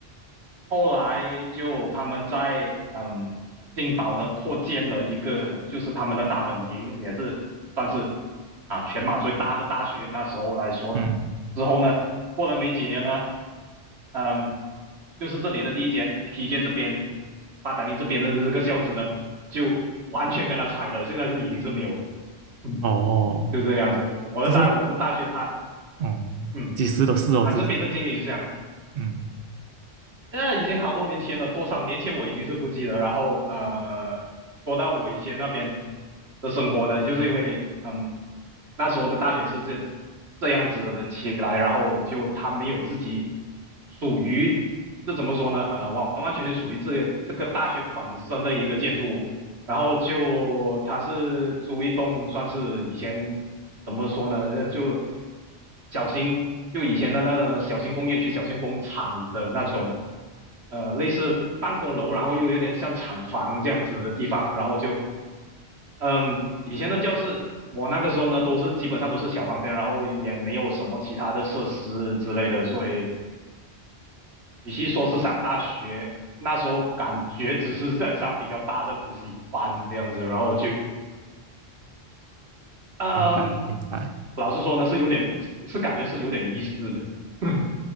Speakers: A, on the right; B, on the right.
A: 后来就他们在嗯金宝呢扩建了一个，就是他们的大本营，也是算是啊全马最大的大学。那时候来说，
B: 嗯
A: 之后呢，过了没几年呢，嗯，就是这里的第一间 p 街这边，八达岭这边的这个校址呢，就完全跟他拆了，现在是已经是没有了。嗯，
B: 哦，
A: 就这个样子。我的大我的大学它，
B: 这是嗯，
A: 嗯，
B: 几时的事哦，
A: 它这边的经历就这样。
B: 这是嗯。
A: 那已经好多年前了，多少年前我已经是不记得。然后呃，说到我以前那边的生活呢，就是因为嗯，那时候的大学是这这样子的起来，然后就他没有自己属于，这怎么说呢？呃，完完全全属于这个这个大学本身的一个建筑物，然后就他是租一栋算是以前怎么说呢？呃就小型，就以前的那种小型工业区、小型工厂的那种，呃，类似办公楼，然后又有点像厂房这样子的地方，然后就，嗯，以前的教室，我那个时候呢，都是基本上都是小房间，然后也没有什么其他的设施之类的，所以与其说是上大学，那时候感觉只是在上比较大的补习班这样子，然后就。嗯，
B: 明白明白。
A: 老实说呢，是有点是是感觉是有点没意思的，<laughs>